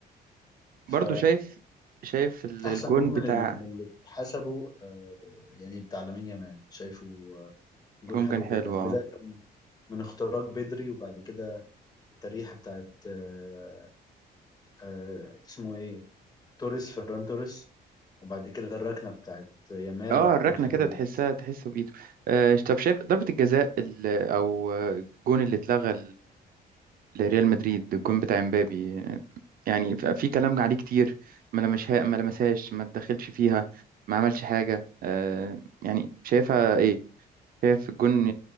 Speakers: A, on the left; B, on the right.
A: ف
B: برضو شايف شايف ال- الجون
A: احسن جون
B: بتاع
A: من ال- من اللي اتحسبوا آه، يعني بتاع لامين يامال شايفه آه، جون
B: الجون
A: حلو
B: كان حلو
A: جدا
B: اه
A: بدايه من اختراق بدري وبعد كده التريحه بتاعت آه، آه، اسمه ايه توريس فران توريس وبعد كده الركنه بتاعت يامال
B: اه
A: لا
B: الركنة
A: جون حلو
B: كده
A: جدا
B: تحسها تحسه بإيده آه، طب شايف ضربة الجزاء ال- او آه، الجون اللي اتلغى لريال مدريد الجون بتاع امبابي يعني ف- في كلام عليه كتير ما لمسها ما لمسهاش ما اتدخلش فيها ما عملش حاجة آه، يعني شايفها ايه شايف الجون